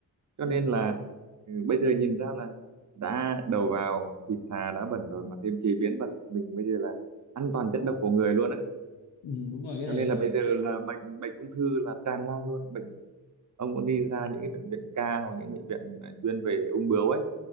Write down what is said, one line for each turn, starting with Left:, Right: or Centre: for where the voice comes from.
Right: cho
Left: ừ,
Right: nên là ừ, bây giờ nhìn ra là đã đầu vào thịt thà đã bẩn rồi mà thêm chế biến bẩn mình bây giờ là ăn toàn chất độc của người luôn á
Left: ừ, đúng rồi cái này
Right: cho nên
Left: là
Right: là bây giờ là bệnh bệnh ung thư là tràn lan luôn bệnh ông có đi ra những cái bệnh viện ca hoặc những bệnh viện à, chuyên về ung bướu ấy